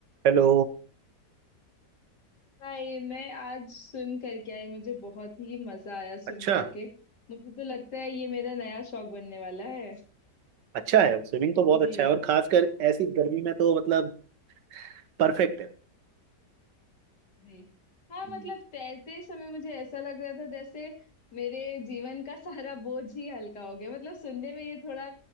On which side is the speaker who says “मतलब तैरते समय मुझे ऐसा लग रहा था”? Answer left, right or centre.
Left